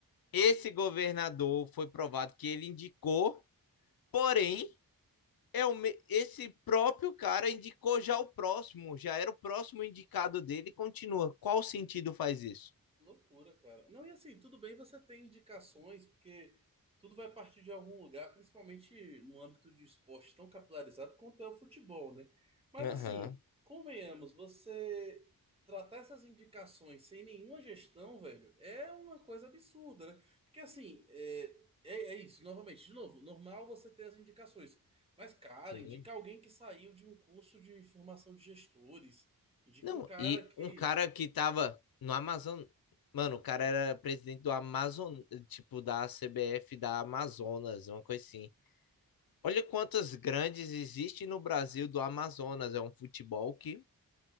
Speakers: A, on the left; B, on the right.
A: esse governador foi provado que ele indicou, porém, é o, me- esse próprio cara indicou já o próximo, já era o próximo indicado dele e continua. Qual sentido faz isso?
B: Loucura, cara. Não, e assim, tudo bem você ter indicações, porque tudo vai partir de algum lugar, principalmente no âmbito de esporte tão capilarizado quanto é o futebol, né? Mas
A: Aham,
B: assim, convenhamos, você tratar essas indicações sem nenhuma gestão, velho, é uma coisa absurda, né? Porque assim, é, é, é isso, novamente, de novo, normal você ter as indicações. Mas, cara,
A: sim.
B: indica alguém que saiu de um curso de formação de gestores. Indica
A: Não,
B: um cara
A: e
B: que,
A: um cara
B: que
A: que tava no Amazon. Mano, o cara era presidente do Amazon, tipo, da CBF da Amazonas, uma coisa assim. Olha quantas grandes existem no Brasil do Amazonas. É um futebol que